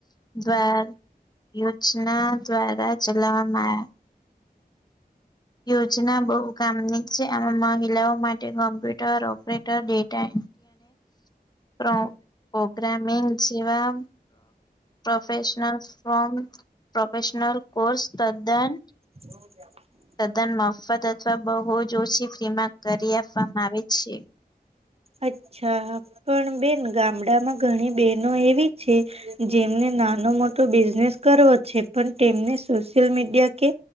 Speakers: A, on the left; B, on the right.
A: દ્વાર યોજના દ્વારા ચલાવવામાં આવ યોજના બહુ કામની છે આમાં મહિલાઓ માટે કોમ્પ્યુટર ઓપરેટર ડેટા એ પોગા પ્રોગ્રામિંગ જેવા પ્રોફેશનલ ફોમ પ્રોફેશનલ કોર્સ તદ્દન
B: જો જ <unintelligible>
A: સદન મફત અથવા બહુ જ ઓછી ફ્રીમાં કરી આપવામાં આવે છે.
B: અચ્છા પણ બેન ગામડામાં ઘણી બહેનો એવી છે જેમને નાનો મોટો બિઝનેસ કરવો છે પણ તેમને સોશિયલ મીડિયા કે